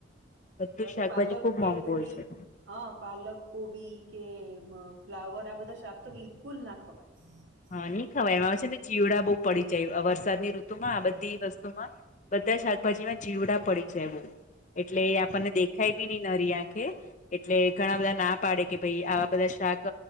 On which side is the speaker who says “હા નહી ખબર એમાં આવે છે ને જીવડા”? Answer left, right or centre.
Left